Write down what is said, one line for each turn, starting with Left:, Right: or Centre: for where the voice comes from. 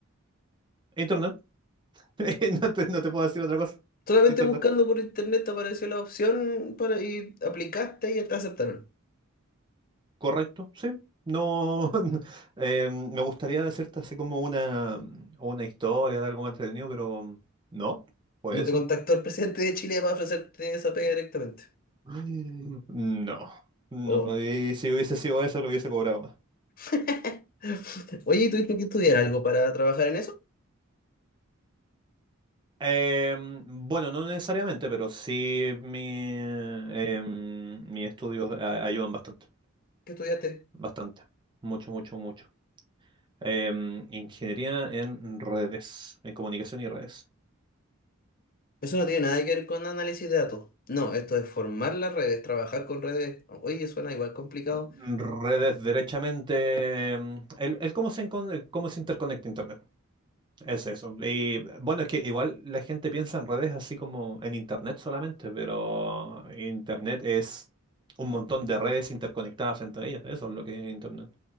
Right: Internet. <laughs> No te, no te puedo decir otra cosa.
Left: Solamente
Right: Internet.
Left: buscando por internet te apareció la opción para, y aplicaste y te aceptaron.
Right: Correcto, sí. No, <laughs> no, em, me gustaría decirte así como una, una historia de algo más entretenido, pero no, fue
Left: No
Right: eso.
Left: te contactó el presidente de Chile para ofrecerte esa pega directamente.
Right: Mm. No, no.
Left: Oh.
Right: Y si hubiese sido eso, lo hubiese cobrado
Left: <laughs> Oye, ¿y tuviste que estudiar algo para trabajar en eso?
Right: Em, bueno, no necesariamente, pero sí mi, em, mis estudios a- ayudan bastante,
Left: ¿Qué estudiaste?
Right: bastante, mucho, mucho, mucho. Em, ingeniería en redes, en comunicación y redes.
Left: Eso no tiene nada que ver con análisis de datos. No, esto es formar las redes, trabajar con redes. Oye, suena igual complicado.
Right: Redes, derechamente, em, el, el cómo se, encon- el cómo se interconecta Internet, es eso. Y bueno, es que igual la gente piensa en redes así como en Internet solamente, pero Internet es un montón de redes interconectadas entre ellas, eso es lo que es Internet.